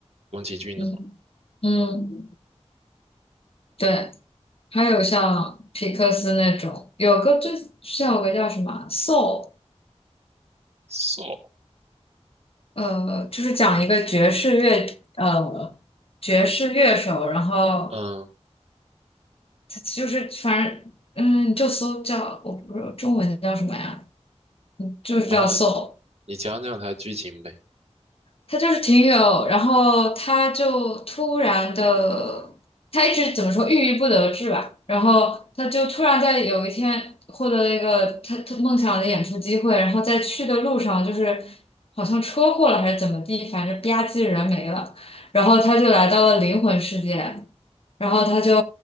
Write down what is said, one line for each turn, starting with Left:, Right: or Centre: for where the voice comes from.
Right: 宫崎骏的吗
Left: 嗯嗯。对，还有像皮克斯那种，有个最像有个叫什么啊 Soul，
Right: ？So，
Left: 呃，就是讲一个爵士乐，呃，爵士乐手，然后
Right: 嗯，
Left: 他就是反正嗯，就搜叫我不知道中文叫什么呀，嗯，就是叫
Right: 然后呢，
Left: Soul。
Right: 你讲讲他的剧情呗。
Left: 他就是挺有，然后他就突然的，他一直怎么说郁郁不得志吧，然后他就突然在有一天获得了一个他他梦想的演出机会，然后在去的路上就是好像车祸了还是怎么地，反正吧唧人没了，然后他就来到了灵魂世界，然后他就